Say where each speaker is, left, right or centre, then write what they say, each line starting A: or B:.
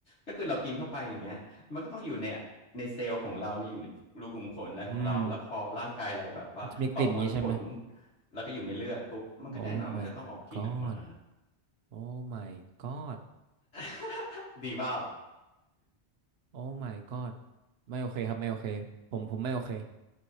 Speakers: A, on the left; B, on the right.
A: ก็คือเรากินเข้าไปอย่างเงี้ยมันก็ต้องอยู่ในในเซลล์ของเรานี่อยู่ในรูขุมขนอะไรของเราแล้วพอร่างกายเราแบบว่าประมวลผล
B: อืมมันจะมีกลิ่นงี้ใช่ไหม
A: แล้วก็อยู่ในเลือดปุ๊บมันก็แน่นอนมันก็ต้องออกกลิ่นออกมา
B: Oh my god Oh my god
A: <laughs> ดีเปล่า
B: Oh my god ไม่โอเคครับไม่โอเคผมผมไม่โอเค